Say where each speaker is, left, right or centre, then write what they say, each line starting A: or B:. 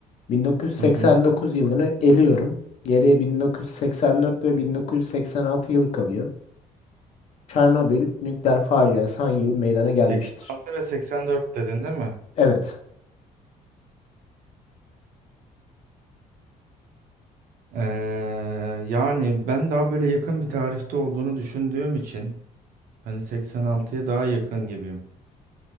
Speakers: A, on the left; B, on the right.
A: 1989
B: Hı hı.
A: yılını eliyorum. Geriye 1984 ve 1986 yılı kalıyor. Çernobil nükleer faciası hangi yıl meydana gelmiştir?
B: 86 ve 84 dedin değil mi?
A: Evet.
B: Ee, yani ben daha böyle yakın bir tarihte olduğunu düşündüğüm için hani 86'ya daha yakın gibiyim.